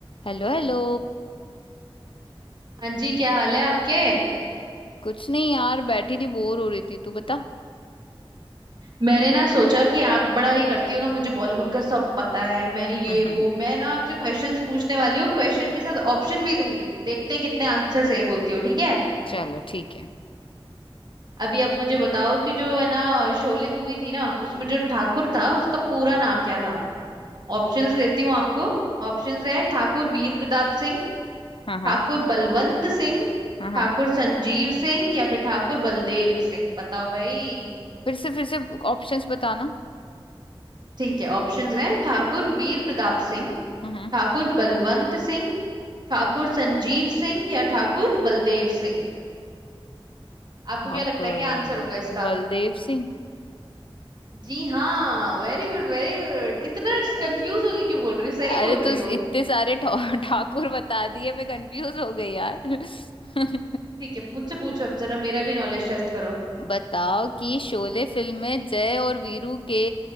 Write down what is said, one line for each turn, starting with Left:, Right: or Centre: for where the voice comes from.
Left: Hello hello
Right: हाँ जी क्या हाल है आपके
Left: कुछ नहीं यार बैठी थी बोर हो रही थी तू बता
Right: मैंने ना सोचा कि आप बड़ा ये करती हो ना मुझे बॉलीवुड का सब पता है मैं ये
Left: <laughs>
Right: वो मैं ना आपसे क्वेश्चंस पूछने वाली हूँ क्वेश्चन के साथ ऑप्शन भी दूंगी देखते हैं कितने आंसर सही बोलती हो ठीक है
Left: चलो ठीक है
Right: अभी आप मुझे बताओ कि जो है ना शोले मूवी थी ना उसमें जो ठाकुर था उसका पूरा नाम क्या था ऑप्शंस देती हूँ आपको ऑप्शंस है ठाकुर वीर प्रताप सिंह
Left: हाँ हाँ
Right: ठाकुर बलवंत सिंह
Left: हाँ हाँ
Right: ठाकुर संजीव सिंह या फिर ठाकुर बलदेव सिंह बताओ भाई
Left: फिर से फिर से ऑप्शंस बताना
Right: ठीक है ऑप्शंस हैं ठाकुर वीर प्रताप सिंह
Left: हाँ
Right: ठाकुर बलवंत सिंह ठाकुर संजीव सिंह या ठाकुर बलदेव सिंह आपको
Left: ठाकुर
Right: क्या लगता है क्या आंसर होगा इसका
Left: बलदेव सिंह
Right: जी हाँ वेरी गुड वेरी गुड इतना
Left: अ-
Right: कंफ्यूज होके क्यों बोल रही हो सही
Left: अरे
Right: बोल रही
Left: तो इस-
Right: हो
Left: इतने सारे ठा- <laughs> ठाकुर बता दिए मैं कंफ्यूज हो गई यार <laughs>
Right: ठीक है मुझसे पूछो अब जरा मेरा भी नॉलेज टेस्ट करो
Left: बताओ कि शोले फिल्म में जय और वीरू के